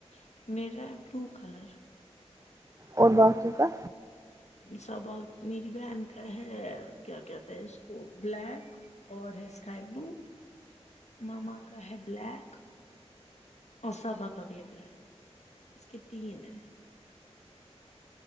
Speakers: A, on the left; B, on the right.
A: ہے۔ میرا ہے بلو کلر
B: اور بق ٹھیک ہے
A: سبق میری بہن کا ہے کیا کہتے ہیں اس کو بلیک اور ہے اسکائی بلو ماما کا ہے بلیک اور صابا کا بھی ہے بلیک اس کے تین ہیں